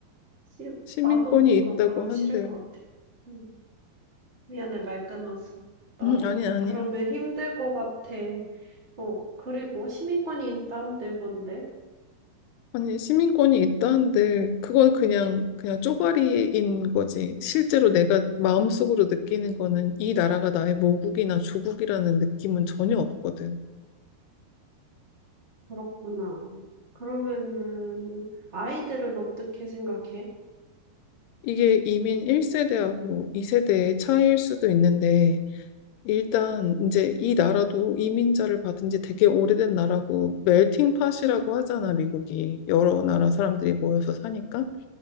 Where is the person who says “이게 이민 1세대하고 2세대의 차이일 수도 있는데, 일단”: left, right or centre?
Left